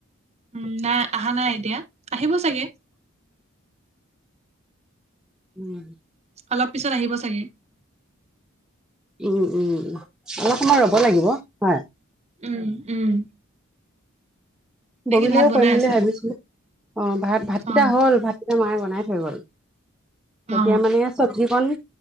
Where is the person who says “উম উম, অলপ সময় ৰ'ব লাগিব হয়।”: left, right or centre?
Centre